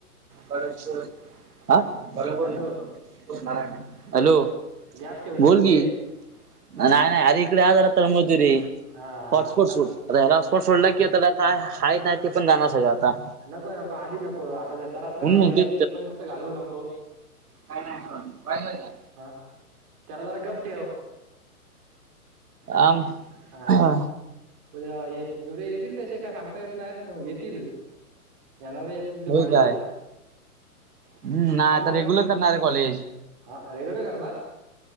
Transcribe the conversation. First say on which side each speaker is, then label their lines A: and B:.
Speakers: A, on the right; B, on the right.
A: कर हा बोल
B: हॅलो
A: मारा हॅलो
B: गॅप ठेवू नको
A: बोल
B: रे
A: की नाय ना अरे इकडेार
B: हा
A: तळबोतवरी
B: हा
A: हॉट स्पोट
B: हा
A: आता ह्यालापॉट सोडला कि आ त्याला काय हा नाही ते पण जाणार सगळं आता
B: नको नको आधी नको आता जरा असं
A: म्हणून
B: राहिलंय
A: म्हणतोय
B: ते पण कुठे घालवू नको
A: काय नाही पाय झा
B: हा त्याला जरा गप ठेव
A: आम
B: हा
A: ह
B: उद्या ये उद्या येतील तसे काय सांगता येत नाहीत येतील येणार य तू ते
A: होय
B: कलेजला
A: काय हम्म नाही आता
B: वाट
A: रेग्युलर करणार आहे कॉलेज
B: हा रेग्युलर करणार